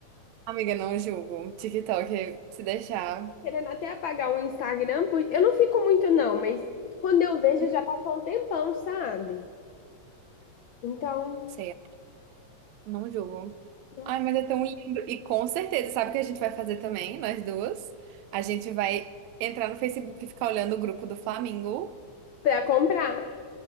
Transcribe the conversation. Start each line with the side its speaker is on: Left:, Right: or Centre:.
Right: Amiga, não julgo. TikTok, se deixar,
Left: querendo até apagar o Instagram, por- eu não fico muito não, mas quando eu vejo
Right: hum,
Left: já passou um tempão, sabe? Então,
Right: sei, não julgo.
Left: nossa,
Right: Ai, mas é tão lindo. E com certeza, sabe o que a gente vai fazer também, nós duas? A gente vai entrar no Facebook e ficar olhando o grupo do Flamengo.
Left: pra comprar,